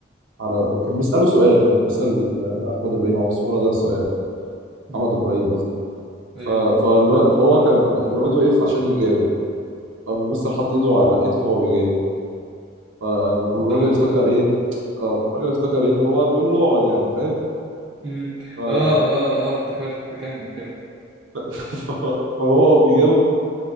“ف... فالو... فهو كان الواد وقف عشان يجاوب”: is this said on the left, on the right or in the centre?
Right